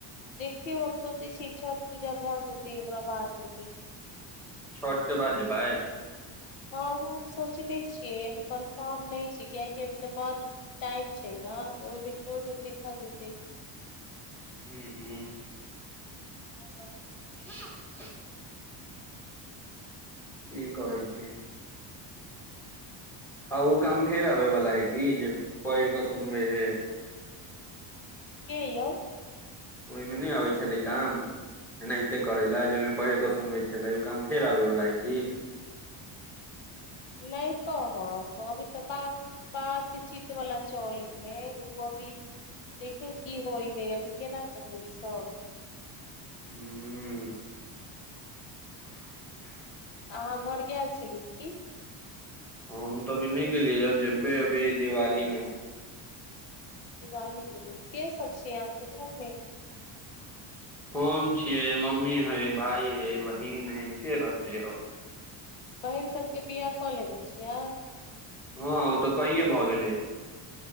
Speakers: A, on the left; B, in the centre.
A: देखिय सोचैय छिये छठ पूजा भऽ जेतै ओकरा बाद जेबैय
B: छठके बाद जेबय
A: हँ ओ हम सोचने छियै अभी कन्फर्म नहि छै कियकि अभी तऽ बड्ड टाइम छै ने तऽ ओहि बेर तऽ ओहि बेर देखल जेतैय
B: हू हू
A: <inaudible>
B: <unintelligible> की कहै छी ह ओ काम फेर आबेवला है की जे पढ़ि कऽ सुनबे है
A: के यौ
B: ओहिमे नहि आबैय छलै काम एनाहिते करै लए जाहिमे पढ़ि कऽ सुनबै छलै ओ काम फेर आबैवला है कि
A: नहि कहब अभी तऽ बात बातचीत वाल चले हे ओ अभी देखे की होइ हे अभी केना कहू ई सब
B: हू
A: अहाँ घर गेल छली की
B: हम तऽ अभी नहि गेलिये जेबय अभी दिवाली मे
A: दिवाली जी के सब छै अहाँके घरमे
B: हम छियै मम्मी है भााय है बहिन है के रहतेै अब
A: बहिन सभके बिआ कऽ लेने छियै
B: हँ ओ तऽ कहिए भऽ गेलै